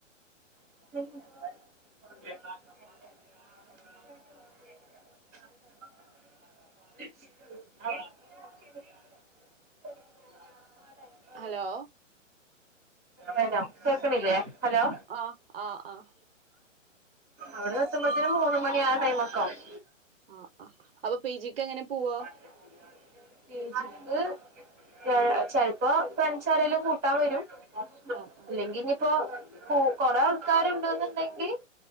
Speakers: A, in the centre; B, on the right.
A: ഉ <inaudible> ആ <unintelligible> <inaudible>
B: ഹലോ
A: ഹലോ കേക്കണില്ലേ ഹലോ
B: ആഹ് ആഹ് ആഹ്
A: അവിടെ എത്തുമ്പത്തേനും മൂന്ന് മണി ആ ടൈം ഒക്കെ ആവും
B: ആഹ് ആഹ് അപ്പൊ പി ജി ക്ക് എങ്ങനെ പോവാ
A: <unintelligible> ചെലപ്പോ ഫ്രണ്ട്സ് ആരെേലും കൂട്ടാൻ വരും
B: ആഹ് ആഹ്
A: അല്ലെങ്ക- ഇപ്പൊ കൊറേ ആൾക്കാര് ഉണ്ടെന്നുണ്ടെങ്കിൽ-